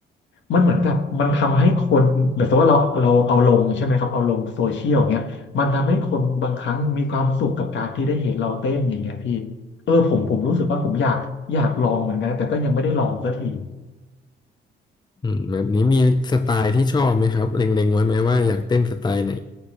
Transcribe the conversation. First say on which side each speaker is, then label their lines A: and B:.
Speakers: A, on the left; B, on the left.
A: มันเหมือนกับมันทำให้คนแบบสมมติว่าเราเราเอาลงใช่ไหมครับเอาลงโซเชียลเงี้ยมันทำให้คนบางครั้งมีความสุขกับการที่ได้เห็นเราเต้นอย่างเงี้ยพี่ เออผมผมรู้สึกว่าผมอยากอยากลองเหมือนกันแต่ก็ยังไม่ได้ลองสักที
B: อืมแบบนี้มีสไตล์ที่ชอบไหมครับเล็งๆไว้ไหมว่าอยากเต้นสไตล์ไหน